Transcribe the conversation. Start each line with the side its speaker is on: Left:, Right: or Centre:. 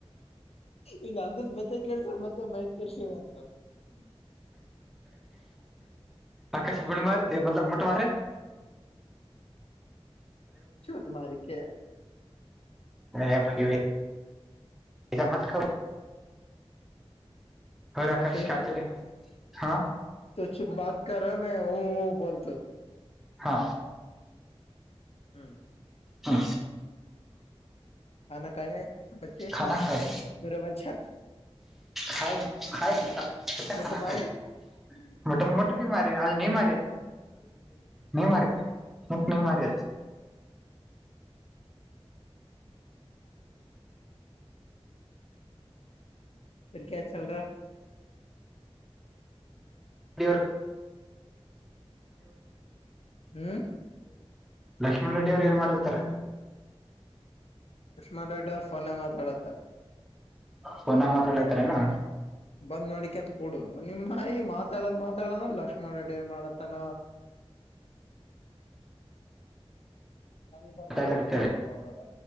Left: ಇ ಅಂದ ಬತ್ತ ಕೆಳ್ಸ ಮತ್ತೆ ಮೈತ್ ಕೆಷ್ಟ ಅಂತ
Centre: ಅಕಶ ಬುಂಡಮಾರ್ ಮಲ ಮೊಟ್ಟಮಾರ
Left: ಶು ತುಾರ ಕೆ
Centre: ಹ ಪರಿವ ಈಗ ಮತ್ಕ ಆಕಾಶ
Left: ಕಫೆ
Centre: ಕ ಚಲೆ ಹಾ
Left: ತ ಚು ಬತ ಕ ಮ ಹ ಬೋಲ್ತ
Centre: ಹಾ
Left: ಹ್ಮ್
Centre: ಹಾ
Left: ಖಾನಾ ಖಾಯಾ ಹೈ ಬಚ್ಚೆ
Centre: ಾನಾಾಯಾಯ
Left: ಮೇರಾ ಬಚ್ಚಾ
Centre: ಾಯ ಾಯ ಬ ಕತ್ತಾನಾಾಯ
Left: ಮುಟ್ಟ ಮಾರೆ
Centre: ಮೋಟ ಮಟ ಮಟ್ಟ ಭ ಮಾರಿ ಅದು ನೀ ಮಾರಿ ನೀ ಮಾರಿ ಮಟ್ಟ ನೀ ಮಾರಿ ಅದು
Left: ರ್ ಕ ಚಲ್ರ
Centre: <unintelligible>
Left: ಹ್ಮ್
Centre: ಲಕ್ಷ್ಮಣ ರೆಡ್ಡಿ ಅವ್ರು ಏನ್ ಮಾಡರ್ತಾರೆ
Left: ನ್ಡ್ ಫೋನ ಮಾತಾಡತ್ತಾರೆ
Centre: ಪನ ಮಾತಾಡಾತಾರನಾ
Left: ಬಂದ್ ನೋಡಿಕೆಂತ ಕೊಡು ನಿಮ್ಮಾಯ ಮಾತಾಡದ್ ಮಾತಾಡದ ಲಕ್ಷ್ಮಣ ರೆಡ್ಡಿ ಮಾಡತ್ತನ
Centre: <unintelligible>
Left: ನಂಗ ಬಂದಾಗ
Centre: ಮಾತಾಡ್ಲಕತ್ತಾಳೆ
Left: ಮಾತಾಡ್ಕೊ